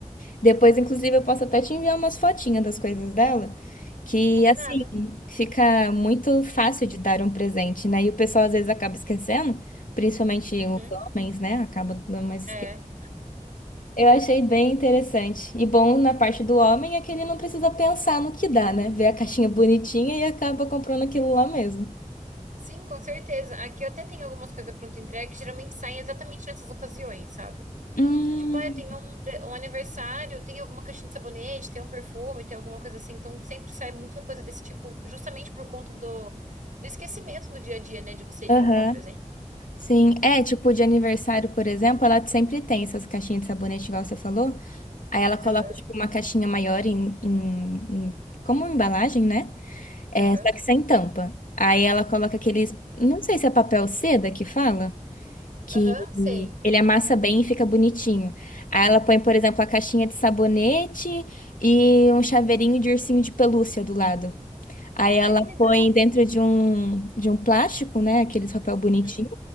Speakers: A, on the left; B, on the right.
A: Depois, inclusive, eu posso até te enviar umas fotinhas das coisas dela, que
B: Combinado.
A: assim fica muito fácil de dar um presente, né? E o pessoal às vezes acaba esquecendo, principalmente
B: Uhum.
A: os homens, né? Acabam dando mais
B: É.
A: esquecidas. Eu achei bem interessante. E bom na parte do homem é que ele não precisa pensar no que dá, né? Vê a caixinha bonitinha e acaba comprando aquilo lá mesmo.
B: Sim, com certeza. Aqui eu até tenho algumas coisas pronto entrega que geralmente saem exatamente nessas ocasiões, sabe?
A: Hum,
B: Tipo, ah, eu tenho um, pre- um aniversário, tem alguma caixinha de sabonete, tem um perfume, tem alguma coisa assim. Então sempre sai muita coisa desse tipo, justamente por conta do, do esquecimento do dia a dia, né? De você ir
A: aham.
B: comprar um presente.
A: Sim, é tipo de aniversário, por exemplo, ela sempre tem essas caixinhas de sabonete, igual você falou. Aí ela coloca
B: Aham.
A: tipo uma caixinha maior em, em- em- como embalagem, né? É,
B: Aham.
A: só que sem tampa. Aí ela coloca aqueles, não sei se é papel seda que fala, que
B: Aham, sei.
A: ele amassa bem e fica bonitinho. Aí ela põe, por exemplo, a caixinha de sabonete e um chaveirinho de ursinho de pelúcia do lado. Aí ela
B: Ai, que legal.
A: põe dentro de um de um plástico, né? Aqueles papel bonitinho.
B: Uhum.